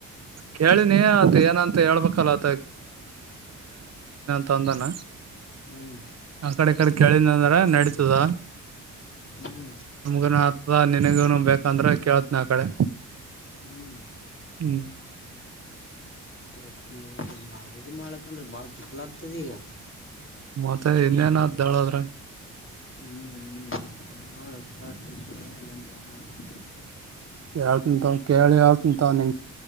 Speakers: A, on the right; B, on the left.
A: ಕೇಳಿನಿ ಅತ್ ಏನಂತ ಹೇಳ್ಬೇಕಲ್ಲ ಆತ ತಂದನ
B: ಹ್ಮ್
A: ಆ ಕಡೆ ಕಡೆ ಕೇಳಿದ ಅಂದ್ರ ನಡೀತದ
B: ಹ್ಮ್
A: ನಮಗನು ಹತದ ನಿನಗೂನು ಬೇಕಂದ್ರೆ ಕೇೇಳತ್ನ ಆ ಕಡೆ
B: ಹ್ಮ್
A: ಹ್ಮ್
B: <inaudible> ಇದ್ ಮಾಡ್ಕಂದ್ರೆ ಬಾಳ ಥೀಪ್ಪಲ ಆಗ್ತದೆ ಈಗ
A: ಮತ್ತೆ ಇನ್ನೇನದ್ದಾಳದ್ರ
B: ಹ್ಮ್ ಹ್ಮ್ ನೋಡ್ ನೋಡಳ್ತ ಇಲ್ಲಾಂದ ಹೆಂಗ ಮಾಡ್ ನೋಿ
A: ಯಾವ ಉಂಂತ ಕೇಳಿ ಯಾವತ ಉಂಂತಾವ ನಿನ್